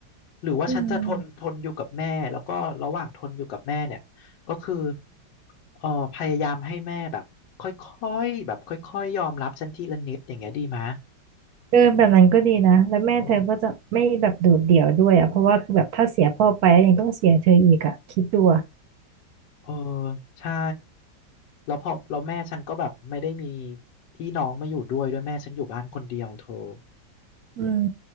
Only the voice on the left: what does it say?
หรือว่าฉันจะทนทนอยู่กับแม่แล้วก็ระหว่างทนอยู่กับแม่เนี่ยก็คือ
เออพยายามให้แม่แบบค่อยๆแบบค่อยๆยอมรับฉันทีละนิดอย่างเงี้ยดีไหมะ
เออเออใช่แล้วพอแล้วแม่ฉันก็แบบไม่ได้มีพี่น้องมาอยู่ด้วยด้วยแม่ฉันอยู่บ้านคนเดียวเธอ